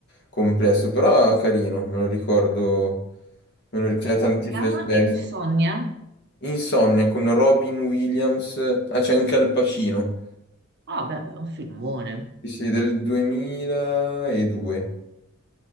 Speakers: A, on the left (about 50°); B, on the right (about 55°).
A: complesso, però carino, me lo ricordo, me lo, ri- c'è tanti
B: Si chiama
A: flashback.
B: Insonnia.
A: Insomnia con Robin Williams, ah c'è anche Al Pacino,
B: Ah, beh, beh, è un filmone.
A: sì, sì, del 2002,